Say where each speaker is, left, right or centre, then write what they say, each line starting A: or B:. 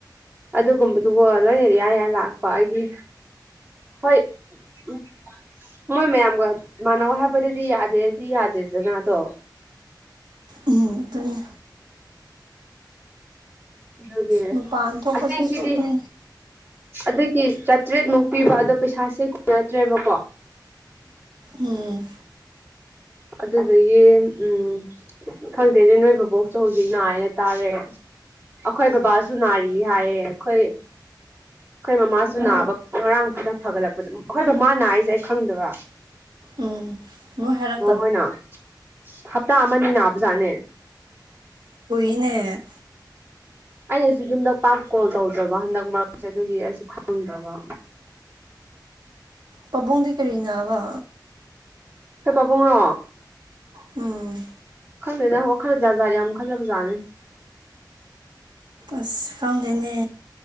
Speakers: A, on the right; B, on the right.
A: ꯑꯗꯨꯒꯨꯝꯕꯗꯨꯒꯣ ꯂꯣꯏꯅ ꯏꯌꯥ ꯌꯥ ꯂꯥꯛꯄ ꯍꯥꯏꯗꯤ ꯍꯣꯏ ꯎꯝ ꯃꯣꯏ ꯃꯌꯥꯝꯒ ꯃꯥꯟꯅꯧ ꯍꯥꯏꯕꯗꯨꯗꯤ ꯌꯥꯗꯦꯗꯤ ꯌꯥꯗꯦꯗꯅ ꯑꯗꯣ
B: ꯑꯗꯨꯅꯤ
A: ꯑꯗꯨꯒꯤ
B: ꯃꯄꯥꯟ ꯊꯣꯛꯄꯁꯤꯁꯨ
A: ꯑꯁꯦꯡꯒꯤꯗꯤ
B: ꯑꯗꯨꯝ
A: ꯑꯗꯨꯒꯤ ꯆꯥꯇ꯭ꯔꯦꯠꯃꯨꯛ ꯄꯤꯕ ꯑꯗꯣ ꯄꯩꯁꯥꯁꯦ ꯀꯨꯏꯅꯗ꯭ꯔꯦꯕꯀꯣ
B: ꯎꯝ
A: ꯑꯗꯨꯗꯗꯒꯤꯦ ꯎꯝ ꯈꯪꯗꯦꯅꯦ ꯅꯣꯏ ꯕꯕꯣꯛꯁꯨ ꯍꯧꯖꯤꯛ ꯅꯥ ꯍꯥꯏꯅ ꯇꯥꯔꯦ ꯑꯩꯈꯣꯏ ꯕꯕꯥꯁꯨ ꯅꯥꯔꯤ ꯍꯥꯏꯌꯦ ꯑꯩꯈꯣꯏ ꯑꯩꯈꯣꯏ ꯃꯃꯥꯁꯨ ꯅꯥꯕ ꯉꯔꯥꯡ ꯇꯪ ꯐꯒꯠꯂꯛꯄꯗ ꯑꯩꯈꯣꯏ ꯃꯃꯥ ꯅꯥꯏꯁꯦ ꯑꯩ ꯈꯪꯗꯕ
B: ꯎꯝ ꯃꯣꯏ ꯍꯦꯜꯂ
A: ꯣꯏꯅ ꯍꯞꯇꯥ ꯑꯃꯅꯤꯅꯤ ꯅꯥꯕꯖꯥꯠꯅꯦ
B: ꯏꯅꯦ
A: ꯑꯩꯅꯁꯨ ꯌꯨꯝꯗꯛ ꯄꯥꯛ ꯀꯣꯜ ꯇꯧꯗ꯭ꯔꯕ ꯍꯟꯗꯛ ꯃꯔꯛꯁꯦ ꯑꯗꯨꯒꯤ ꯑꯩꯁꯨ ꯈꯪꯗ꯭ꯔꯕ
B: ꯄꯕꯨꯡꯗꯤ ꯀꯔꯤꯅꯥ ꯋꯥ
A: ꯍ ꯄꯥꯕꯨꯡꯨꯡꯅꯣ
B: ꯎꯝ
A: ꯋꯥꯈꯜꯗꯗ ꯋꯥꯈꯜꯗ ꯖꯥꯖꯥ ꯌꯥꯝ ꯈꯜꯂꯕ ꯖꯥꯠꯅꯤ
B: ꯑꯁ ꯀꯝꯗꯅꯦ